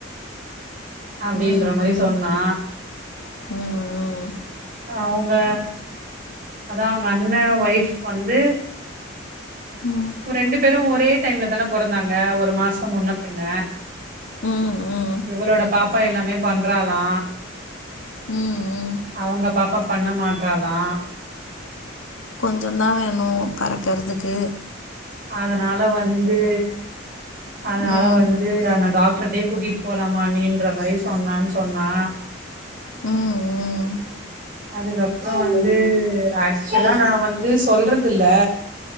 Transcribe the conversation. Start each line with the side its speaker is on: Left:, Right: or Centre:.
Right: அப்டின்ற
Left: ம் ம்
Right: மாரி சொன்னா
Left: ம்
Right: அவுங்க அதா அண்ண ஒய்ஃப் வந்து
Left: ம் ம்
Right: ரெண்டு பேரு ஒரே டைம்ல தான பொறந்தாங்க ஒரு மாசம் முன்ன பின்ன
Left: ம் ம்
Right: இவளோட பாப்பா எல்லாமே பண்றாலா
Left: ம் ம்
Right: அவுங்க பாப்பா பண்ண மாட்றாலா
Left: கொஞ்சந்தா வேணு பறக்கற்துக்கு
Right: அதனால வந்து அதனால
Left: ம்
Right: வந்து அங்க டாக்ட்ருடயே கூட்டிட் போலாமா அண்ணின்ற மாரி சொன்னான் சொன்னா
Left: ம் ம்
Right: அதுகப்ற வந்து ஆக்சுவலா நா வந்து சொல்றதில்ல